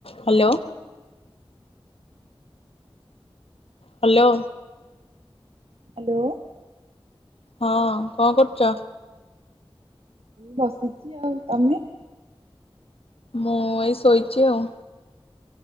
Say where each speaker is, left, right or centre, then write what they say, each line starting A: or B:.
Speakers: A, on the left; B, on the right.
A: Hello. Hello.
B: Hello.
A: ହଁ କଣ କରୁଛ?
B: ବସିଛି ଆଉ ତମେ?
A: ମୁଁ ଏଇ ଶୋଇଛି ଆଉ।